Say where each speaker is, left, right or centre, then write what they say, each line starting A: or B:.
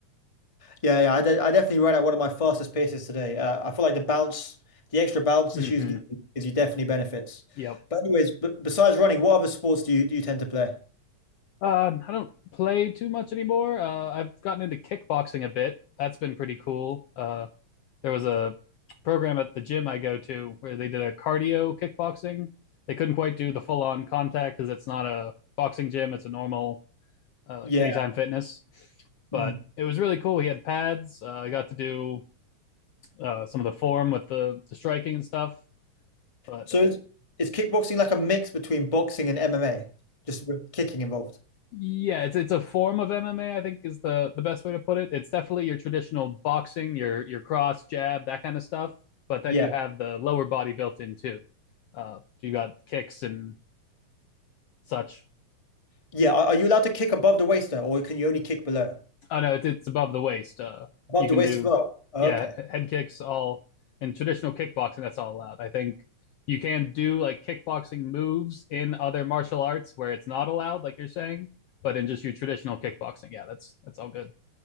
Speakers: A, on the left (about 15°); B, on the left (about 75°).
A: Yeah, yeah, I, de I definitely ran at one of my fastest paces today. Uh, I feel like the bounce, the extra bounce
B: hmm
A: the shoes give you, gives you definitely benefits.
B: Yep.
A: But anyways, b besides running, what other sports do you do you tend to play?
B: Uh, I don't play too much anymore. Uh, I've gotten into kickboxing a bit. That's been pretty cool. Uh, there was a program at the gym I go to where they did a cardio kickboxing. They couldn't quite do the full on contact because it's not a boxing gym. It's a normal uh, like
A: Yeah.
B: Anytime Fitness, but
A: Mm.
B: it was really cool. He had pads. Uh, I got to do uh, some of the form with the, the striking and stuff. But
A: So
B: uh,
A: is, is kickboxing like a mix between boxing and MMA, just with kicking involved?
B: Yeah, it's it's a form of MMA, I think is the the best way to put it. It's definitely your traditional boxing, your your cross jab, that kind of stuff. But then
A: Yeah.
B: you have the lower body built in too. Uh, so you got kicks and such.
A: Yeah. Are, are you allowed to kick above the waist though, or can you only kick below?
B: Oh no, it's, it's above the waist. Uh,
A: Above
B: you
A: the
B: can
A: waist
B: do,
A: as well. Okay.
B: yeah, head kicks all in traditional kickboxing. That's all allowed. I think you can do like kickboxing moves in other martial arts where it's not allowed, like you're saying. But in just your traditional kickboxing, yeah, that's that's all good.